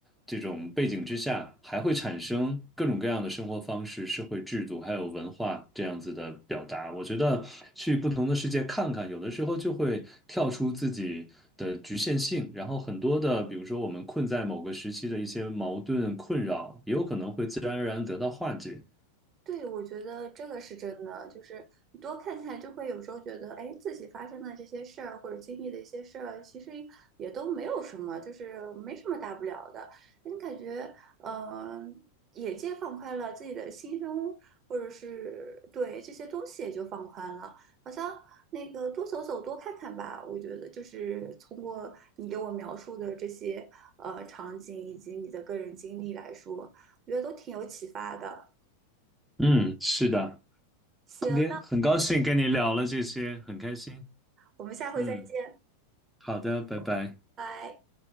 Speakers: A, in the centre; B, on the right (about 30°).
A: 这种背景之下，还会产生各种各样的生活方式、社会制度，还有文化这样子的表达。我觉得去不同的世界看看，有的时候就会跳出自己的局限性，然后很多的，比如说我们困在某个时期的一些矛盾困扰，也有可能会自然而然得到化解。
B: 对，我觉得这个是真的，就是你多看看，就会有时候觉得，哎，自己发生的这些事儿或者经历的一些事儿，其实也都没有什么，就是没什么大不了的。你感觉，嗯、眼界放宽了，自己的心胸或者是对这些东西也就放宽了，好像那个多走走，多看看吧。我觉得就是通过你给我描述的这些呃场景以及你的个人经历来说，我觉得都挺有启发的。
A: 嗯，是的，
B: 行。
A: 今天很高兴跟你聊了这些，很开心。
B: 我们下回再见，
A: 嗯，好的，拜拜。
B: 拜。